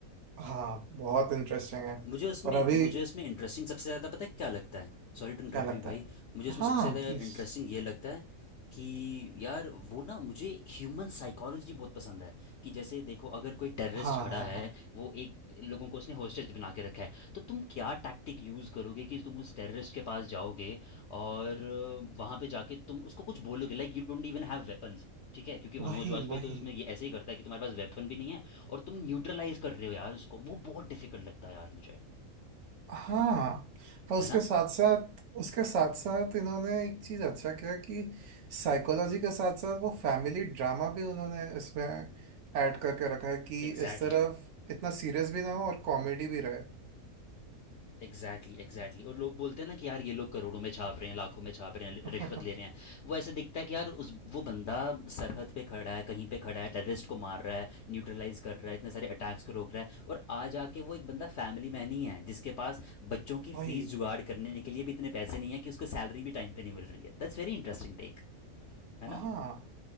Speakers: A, on the right (about 60°); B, on the left (about 60°).
A: हाँ बहुत इंटरेस्टिंग है
B: मुझे उसमें
A: और अभी
B: मुझे उसमें इंटरेस्टिंग सबसे ज़्यादा पता है क्या लगता है सॉरी टू इंटरप्ट
A: क्या लगता
B: यू भाई
A: है
B: मुझे उसमें
A: हाँ
B: सबसे ज़्यादा
A: प्लीज
B: इंटरेस्टिंग ये लगता है कि यार वो ना मुझे ह्यूमन साइकोलॉजी बहुत पसंद है कि जैसे देखो अगर कोई टेररिस्ट
A: हाँ
B: खड़ा
A: हाँ
B: है
A: हाँ
B: वो एक लोगों को उसने होस्टेज बना के रखा है है तो तुम क्या टैक्टिक यूज़ करोगे कि तुम उस टेररिस्ट के पास जाओगे और वहाँ पे जाके तुम उसको कुछ बोलोगे like you don't even have weapons ठीक है क्योंकि मनोज
A: वही
B: वाजपेयी
A: वही
B: तो उसमें ये ऐसे ही करता है कि तुम्हारे पास वेपन भी नहीं है और तुम न्यूट्रलाइज कर रहे हो यार उसको वो बहुत डिफिकल्ट लगता है यार मुझे
A: हाँ और उसके
B: है ना
A: साथ साथ उसके साथ साथ इन्होंने एक चीज अच्छा किया कि साइकोलॉजी के साथ साथ वो फैमिली ड्रामा भी उन्होंने इसमें ऐड करके रखा है कि
B: Exactly
A: इस तरफ
B: exactly.
A: इतना सीरियस भी ना हो और कॉमेडी भी रहे
B: Exactly exactly, exactly exactly. और लोग बोलते हैं ना कि यार ये लोग करोड़ों में छाप रहे हैं लाखों में छाप रहे हैं
A: <laughs>
B: रिश्वत ले रहे हैं वो ऐसे दिखता है कि यार उस वो बंदा सरहद पे खड़ा है कहीं पे खड़ा है टेररिस्ट को मार रहा है न्यूट्रलाइज कर रहा है इतने सारे अटैक्स को रोक रहा है और आ जाके वो एक बंदा फैमिली मैन ही है जिसके पास बच्चों की
A: वही
B: फीस जुगाड़ करने के लिए भी इतने पैसे नहीं है कि उसको सैलरी भी टाइम पर नहीं मिल रही है दैट्स वेरी इंटरेस्टिंग टेक है
A: हाँ
B: ना